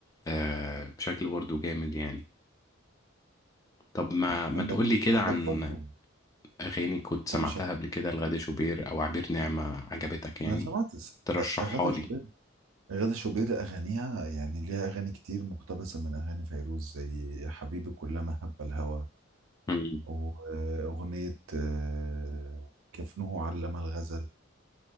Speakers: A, on the left (about 15°); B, on the right (about 80°).
A: آه، بشكل برضه جامد يعني طب ما
B: ع- عندك
A: ما تقولي كده
B: عندك
A: عن
B: برضو
A: اغاني كنت سمعتها
B: أنا مش
A: قبل كده لغادة شوبير او عبير نعمة عجبتك يعني
B: أنا سمعت س-
A: ترشحها
B: أغاثة شوبير
A: لي
B: غادة شوبير أغانيها يعني ليها أغاني كتير مقتبسة من أغاني فيروز زي حبيبي كلما هب الهوى
A: مم.
B: وأغنية آه، جفنه علم الغزل